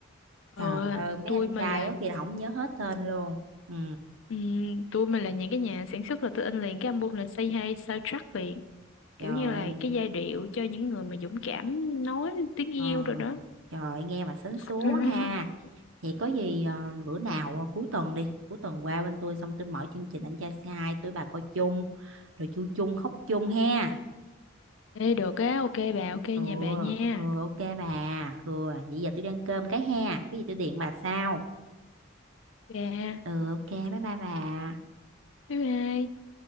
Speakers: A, on the left (about 65°); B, on the right (about 70°).
A: Ờ,
B: trời ơi mấy
A: tôi
B: anh
A: mà
B: trai
A: là
B: đó kìa là không nhớ hết tên luôn ừ
A: ừm, tôi mà là những cái nhà sản xuất là tôi in liền cái album là Say Hi soundtrack liền. kiểu
B: trời
A: như là
B: ơi,
A: cái giai điệu cho những người mà dũng cảm nói tiếng yêu
B: ờ,
A: rồi đó
B: trời ơi, nghe mà sến
A: <laughs>
B: súa ha Vậy có gì ờ, bữa nào ờ, cuối tuần đi, cuối tuần qua bên tôi xong tôi mở chương trình anh trai C2 tôi bà coi chung, rồi vui chung khóc chung ha.
A: Ê được á ok bà ok
B: Ừ,
A: nhà bà nha
B: ừ ok bà. Ừ, vậy giờ tôi đi ăn cơm cái ha. Cái gì tôi điện bà sau.
A: bà
B: Ừ ok, bye bye bà.
A: bye bye